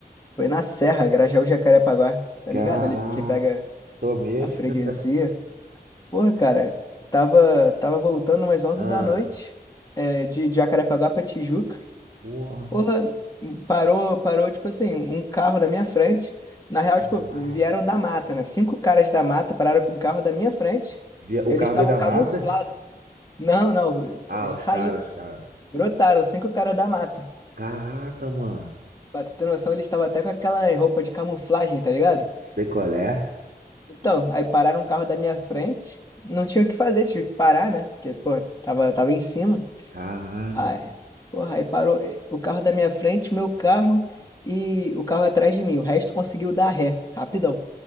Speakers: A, on the left; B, on the right.
A: Foi na Serra, Grajaú, Jacarepaguá. Tá
B: Caraca,
A: ligado ali, porque pega
B: tô mesmo.
A: a freguesia.
B: <laughs>
A: Porra, cara, tava, tava voltando umas onze
B: Ah,
A: da noite, é, de Jacarepaguá pra Tijuca.
B: porra,
A: Porra, parou, parou, tipo assim, um carro na minha frente. Na real, tipo,
B: cara.
A: vieram da mata, né? Cinco caras da mata pararam com um carro da minha frente.
B: Vi- O
A: Eles
B: carro
A: estavam
B: veio da
A: camuflados.
B: mata?
A: Não, não,
B: Ah,
A: saíram.
B: os caras, os caras.
A: Brotaram cinco caras da mata.
B: Caraca, mano.
A: Pra tu ter noção, eles estavam até com aquela roupa de camuflagem, tá ligado?
B: Sei qual é?
A: Então, aí pararam o carro da minha frente. Não tinha o que fazer, tive que parar, né? Porque, pô, tava, tava em cima.
B: Caralho,
A: Aí, porra, aí parou eh, o carro da minha frente, o meu carro e o carro atrás de mim. O resto conseguiu dar ré, rapidão.